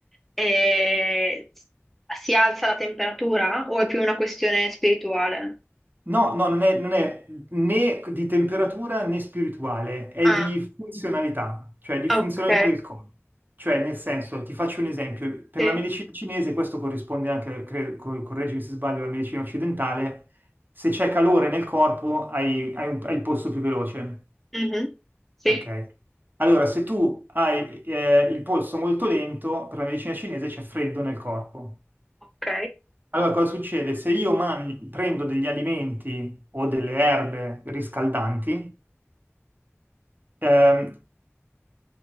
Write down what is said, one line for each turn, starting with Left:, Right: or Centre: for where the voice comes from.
Centre: e si alza la temperatura o è più una questione spirituale?
Right: No, no, non è, non è né di temperatura né spirituale, è
Centre: Ah,
Right: di funzionalità, cioè di
Centre: ok,
Right: funzionalità del corpo. Cioè, nel senso, ti faccio un esempio, per
Centre: sì,
Right: la medicina cinese, questo corrisponde anche, cre- co- correggimi se sbaglio, alla medicina occidentale, se c'è calore nel corpo hai, hai un- hai il polso più veloce,
Centre: Mhm. Sì,
Right: ok? Allora, se tu hai eh, il polso molto lento, per la medicina cinese c'è freddo nel corpo.
Centre: ok,
Right: Allora, cosa succede? Se io man- prendo degli alimenti o delle erbe riscaldanti, ehm,